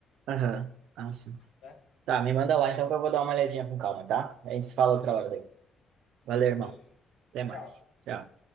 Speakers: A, on the right; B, on the left.
A: Aham. Ah, sim.
B: Certo?
A: Tá, me manda lá então que eu vou dar uma olhadinha com calma, tá? A gente se fala
B: Beleza,
A: outra hora daí. Valeu, irmão.
B: beleza.
A: Até
B: Tchau,
A: mais.
B: tchau.
A: Tchau.